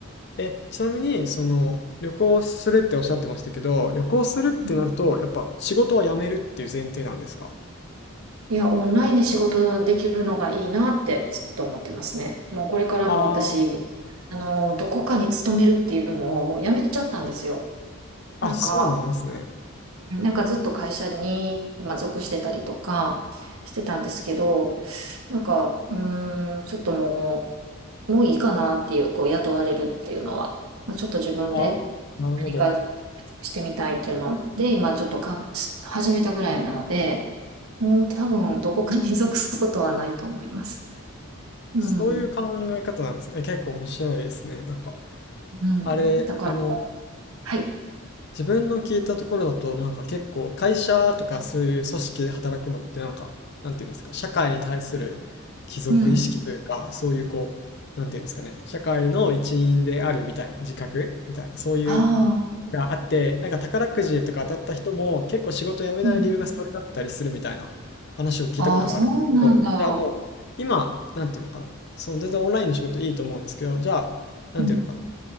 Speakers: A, on the left; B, on the right.
A: え、ちなみに、その、旅行するっておっしゃってましたけど、旅行するってなると、
B: うん
A: やっぱ仕事は辞めるっていう前提なんですか？
B: いや、オンラインで仕事できるのがいいなってずっと思ってますね。もうこれからも私、
A: ああ、
B: あの、どこかに勤めるっていうのをもうやめちゃったんですよ。
A: あ、
B: なんか、
A: そうなんですね。
B: なんかずっと会社に、まあ、属してたりとかしてたんですけど、なんか、うーん、ちょっともう、もういいかなっていう、こう、雇われるっていうのは、まあ、ちょっと自分で
A: ああ、なるほど。
B: 何かしてみたいっていうので、今ちょっとか始めたぐらいなので、もう多分どこかに属すことはないと思います。うん、
A: そういう考え方なんですね。え、結構面白いですね、なんか。
B: うん。
A: あれ、
B: だから、
A: あの、
B: はい。
A: 自分の聞いたところだと、なんか結構会社とかそういう組織で働くのってなんか、なんていうんですか、社会に対する帰属意識というか、
B: うん。
A: そういうこう、なんていうんですかね、社会の一員であるみたいな、自覚みたいな、そういう
B: ああ、
A: のがあって、なんか宝くじとか当たった人も結構仕事辞めない理由がそれだったりするみたいな話を聞いたことがあるんですけど、
B: うん。ああ、そうなんだ。
A: じゃあもう、今、なんていうのかな、その全然オンラインの仕事いいと思うんですけど、じゃあ、なんていうのかな。
B: うん